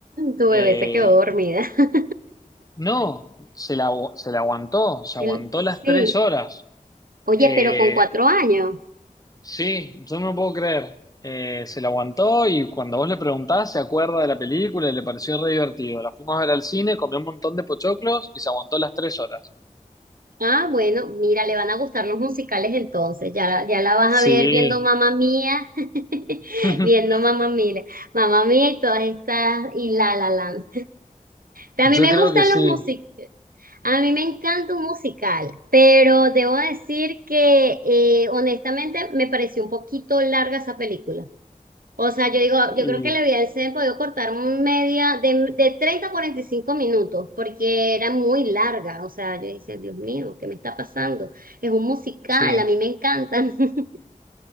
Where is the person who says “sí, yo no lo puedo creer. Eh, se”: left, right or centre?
Left